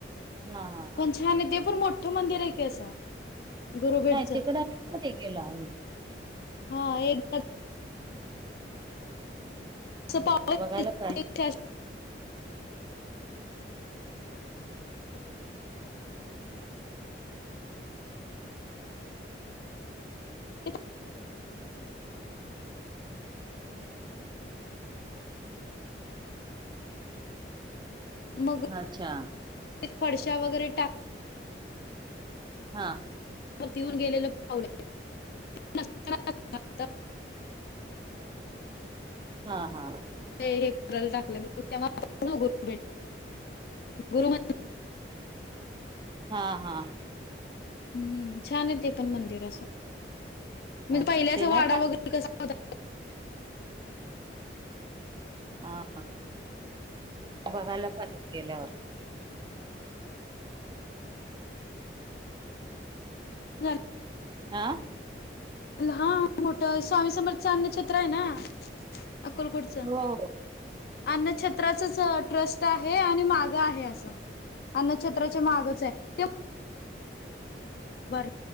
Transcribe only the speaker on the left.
पण छान ते पण मोठं मंदिर आहे की असं गुरुभेटचं
हा एकदा <unintelligible>
<unintelligible> <unintelligible> <unintelligible> <unintelligible> मग
पडश्या वैगेरे टाक
<unintelligible> <unintelligible> <unintelligible> ते
हे करायला टाकले तेव्हा गुरु भेट <unintelligible> गुरु <unintelligible>
हम्म छान आहे ते पण मंदिर असं म्हणजे
पहिल्याचा
वडा
वगैरे कसा होता
<unintelligible>
हा मोठं स्वामी समर्थच अन्न क्षेत्र आहे ना अक्कलकोट चं
अन्नछत त्राचं ट्रस्ट आहे आणि माग आहे असं अनक्षत्राचे माहागच आहे <unintelligible>